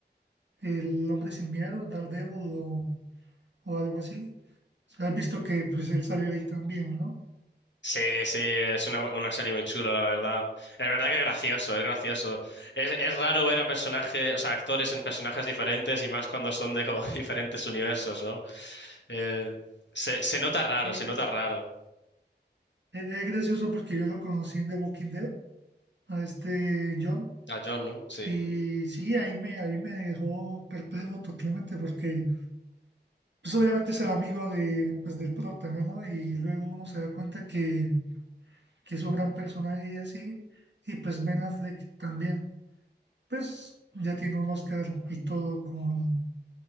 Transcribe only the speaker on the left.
Sí, sí, es una, una serie muy chula, la verdad. Es verdad que es gracioso, es gracioso. Es, es raro ver a personajes, o sea, actores en personajes diferentes y más cuando son de como <laughs> diferentes universos, ¿no? Eh, se, se nota raro,
se nota raro.
A John, ¿no? Sí.